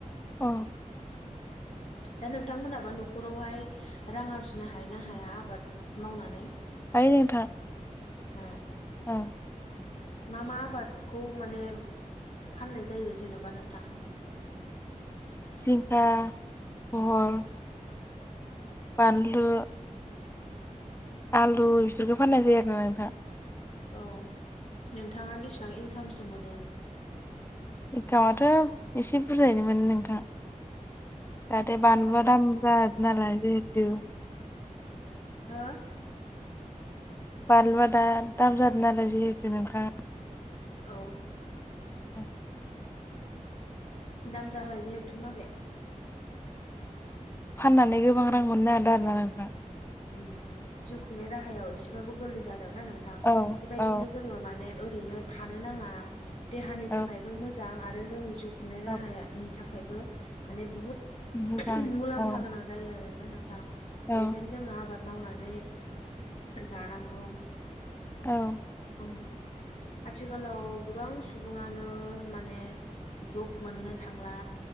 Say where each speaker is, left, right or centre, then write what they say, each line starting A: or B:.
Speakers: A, on the left; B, on the left.
A: अ
B: दा नोंथांमोनाबा न'खरावहाय रां आरजिनो हायोना हाया आबाद मावनानै?
A: हायो नोंथां
B: ओ
A: अ
B: मा मा आबादखौ माने फाननाय जायो जेन'बा नोंथां?
A: जिंखा, बहल बानलु आलु बिफोरखौ फाननाय जायो आरोना नोंथां
B: औ नोंथाङा बेसेबां इनकामसो मोनो?
A: इकाथ' इसे बुरजायैनो मोनो नोंथां दाथ' बानलुआ दाम जा नालाय जिहेतु
B: हो?
A: बानलुआ दा दाम जादो नालाय जिहेथु नोंथां
B: औ
A: <unintelligible>
B: दाम जाबाय जिहेथु माबे?
A: फाननानै गोबां रां मोननो हादों आरोना नोंथां
B: ओम जिउ खुंनाय राहायाव एसेबाबो गोरलै जादोंना नोंथां
A: औ
B: बेबायदिनो
A: औ
B: जोङो माने ओरैनो थानो नाङा देहानि थाखायबो
A: औ
B: मोजां आरो जोंनि जिउ खुंनाय
A: औ
B: राहाया नि थाखायबो माने बुहुत
A: मोजां
B: मुलाम्फा
A: औ
B: गोनां जायो आरोना नोंथां
A: औ
B: बेखायनो जोङो आबाद मावनानै जानांगौ
A: औ
B: ओम आथिखालाव गोबां सुबुङानो माने जब मोननो थांला